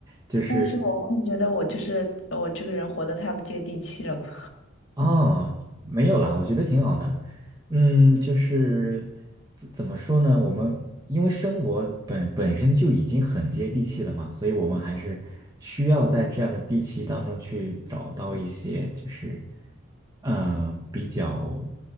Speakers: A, on the right (about 20°); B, on the left (about 75°).
A: 就是。
B: 但是我会觉得我就是我这个人活得太不接地气了吧。
A: 哦，没有啦，我觉得挺好的。嗯，就是怎怎么说呢？我们因为生活本本身就已经很接地气了嘛，所以我们还是需要在这样的地气当中去找到一些就是嗯，比较